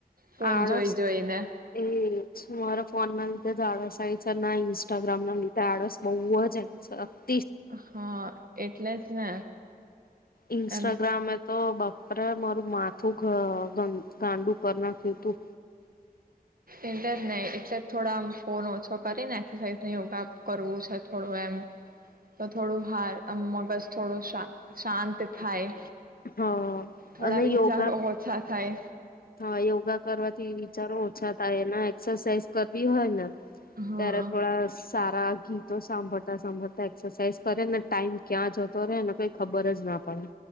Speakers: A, on the right (about 65°); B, on the left (about 70°).
A: ફોન
B: આળસ
A: જોઈ જોઈને
B: એ જ મારા ફોન ને લીધે જ આળસ આઈ ના ઇન્સ્ટાગ્રામ ને લીધે આળસ બઉજ
A: હા એટ એટલે જ ને
B: ઇન્સ્ટાગ્રામ
A: એમ
B: તો બાપરે મારું માથું ગ ગાંડું કર નાખ્યું તું
A: એટલે જ નહી એટલે થોડા આમ ફોન ઓછો કરીને એક્સરસાઇઝ યોગા કરવું છે થોડું એમ તો થોડું હાર મગજ થોડું શા શાંત થાય
B: હા
A: થોડા
B: અને
A: વિચારો
B: યોગા
A: ઓછા થાય
B: હા યોગા કરવાથી ચારો ઓછા થાય એ એક્સરસાઇઝ કરવી હોય ને
A: હા
B: ત્યારે થોડા સાર <unintelligible> ગીતો સાંભળતા સાંભળતા એક્સરસાઇઝ કરે ને ટાઈમ ક્યાં જતો રહેે કઈ ખબર જ ના પડે